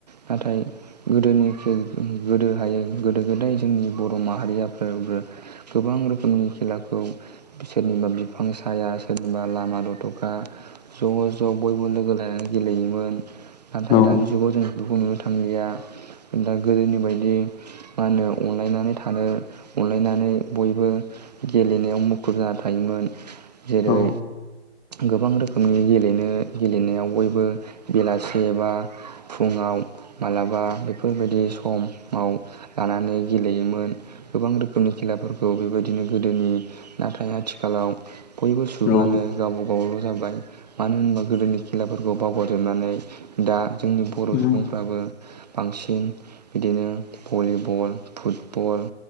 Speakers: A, on the right; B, on the left.
A: नाथाय गोदोनि गोदो हायो गोदो गोदाय जोंनि बर' माहारियाफोरो गोबां रोखोमनि खेलाखौ सोरनिबा बिफां साया सोरनिबा ला लामा दथ'खा ज' ज' बयबो लोगो लानानै गेलेयोमोन नाथाय
B: औ
A: दानि जुगाव जों बेुखौ नुनो थांलिया दा गोदोनि बायदि मा होनो अनलायनानै थानो अनलायनानै बयबो गेलेनायाव मुखुब जाना थायोमोन जेरै
B: औ
A: गोबां रोखोमनि गेलेनो गेलेनायाव बयबो बेलासे बा फुङाव मालाबा बेफोरबायदि समाव लानानै गेलेयोमोन गोबां रोखोमनि खेलाफोरखौ बेबायदिनो गोदोनि नाथाय आथिखालाव बयबो सुबुङानो
B: औ
A: गाव गावल' जाबाय मानो होनबा गोदोनि खेलाफोरखौ बावगारजोबनानै दा जोंनि बर'
B: उम
A: सुबुंफ्राबो बांसिन बिदिनो भलिबल फुटबल